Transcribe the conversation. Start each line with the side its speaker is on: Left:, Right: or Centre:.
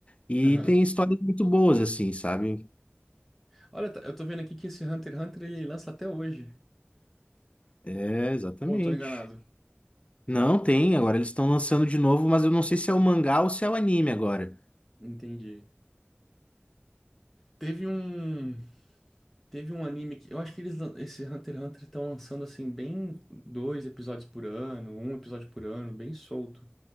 Left: e
Centre: Aham.
Left: tem histórias muito boas, assim, sabe?
Centre: Olha, tá- eu tô vendo aqui que esse Hunter x Hunter ele lança até hoje.
Left: É, exatamente.
Centre: Ou eu tô enganado?
Left: Não, tem. Agora eles estão lançando de novo, mas eu não sei se é o mangá ou se é o anime agora.
Centre: Entendi. Teve um, teve um anime que eu acho que eles, lan- esse Hunter x Hunter estão lançando assim bem dois episódios por ano, um episódio por ano, bem solto.